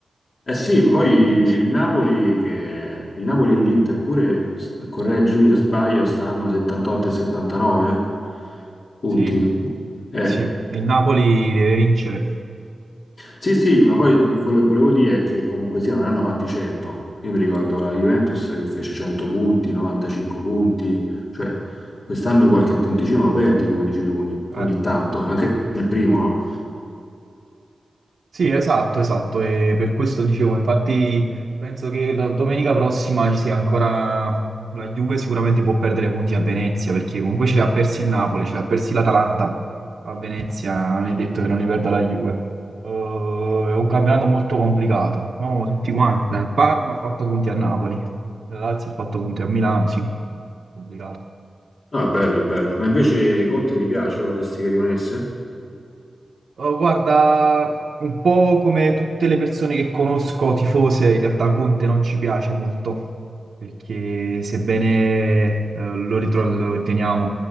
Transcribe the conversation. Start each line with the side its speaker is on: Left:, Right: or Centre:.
Left: Eh sì, poi
Right: Davvero sì.
Left: il Napoli, che, il Napoli e l'Inter pure, s- correggimi se sbaglio, stanno 78 e 79 punti.
Right: Sì,
Left: Eh,
Right: sì, il Napoli deve vincere.
Left: Sì, sì, ma poi quello che volevo dire è che comunque sia, non ne hanno fatti 100. Io mi ricordo la Juventus che fece 100 punti, 95 punti, cioè quest'anno qualche punticino lo perdi, come dici tu, ogni,
Right: Eh.
Left: ogni tanto, anche il primo, no?
Right: Sì, esatto, esatto, e per questo dicevo, infatti penso che la domenica prossima ci sia ancora la Juve sicuramente può perdere punti a Venezia, perché comunque ce li ha persi il Napoli, ce li ha persi l'Atalanta, a Venezia non è detto che non li perda la Juve. Eh, è un campionato molto complicato, ma tutti quanti, la Parma ha fatto punti a Napoli, la Lazio ha fatto punti a Milano, sì, complicato.
Left: No, è bello, è bello. Ma invece Conte ti piace? Vorresti che rimanesse?
Right: Oh, guarda, un po' come tutte le persone che conosco, tifose, in realtà Conte non ci piace molto, perché sebbene eh, lo, ritro- lo riteniamo